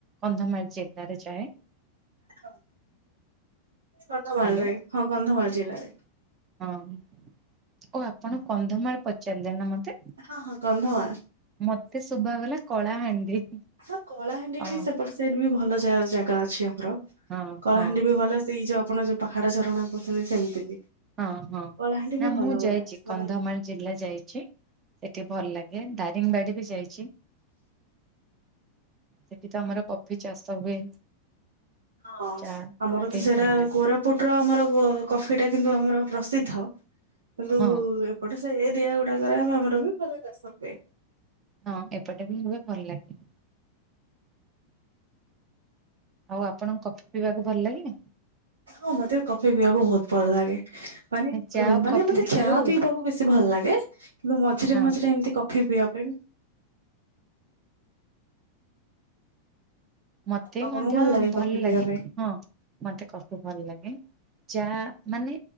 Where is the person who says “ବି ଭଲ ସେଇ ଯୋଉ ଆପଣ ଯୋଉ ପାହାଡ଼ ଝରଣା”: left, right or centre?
Right